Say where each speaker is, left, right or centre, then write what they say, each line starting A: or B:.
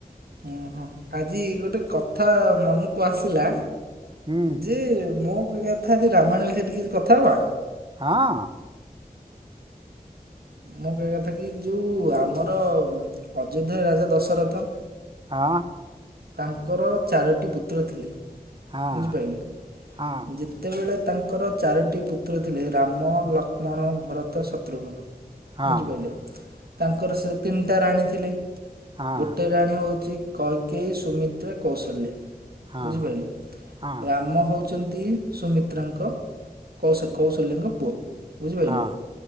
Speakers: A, on the right; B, on the right.
A: ଓହୋ, ଆଜି ଗୋଟେ କଥା ମନକୁ ଆସିଲା।
B: ହୁଁ
A: ଯେ ମୁଁ କହିବା କଥା, ଆଜି ରାମାୟଣ ବିଷୟରେ ଟିକେ ଆଜି କଥା ହବା।
B: ହଁ।
A: ମୁଁ କହିବା କଥା କି ଯୋଉ ଆମର ଅଯୋଧ୍ୟାର ରାଜା ଦଶରଥ।
B: ହଁ।
A: ତାଙ୍କର ଚାରୋଟି ପୁତ୍ର ଥିଲେ
B: ହଁ
A: ବୁଝିପାରିଲେ
B: ହଁ
A: ଯେ ସେତେବେଳେ ତାଙ୍କର ଚାରୋଟି ପୁତ୍ର ଥିଲେ ରାମ ଲକ୍ଷ୍ମଣ ଭରତ ଶତ୍ରୁଘ୍ନ
B: ହଁ ହଁ
A: ବୁଝିପାରିଲେ ତାଙ୍କର ସେ ତିନିଟା ରାଣୀ ଥିଲେ
B: ହଁ
A: ଗୋଟେ ରାଣୀ ହଉଚି କୈକେଇ ସୁମିତ୍ରା କୌଶଲ୍ୟା।
B: ହଁ
A: ବୁଝିପାରିଲେ
B: ହଁ
A: ରାମ ହଉଚନ୍ତି ସୁମିତ୍ରାଙ୍କ କୌଶଲ କୌଶଲ୍ୟାଙ୍କ ପୁଅ ବୁଝିପାରିଲେ।
B: ହଁ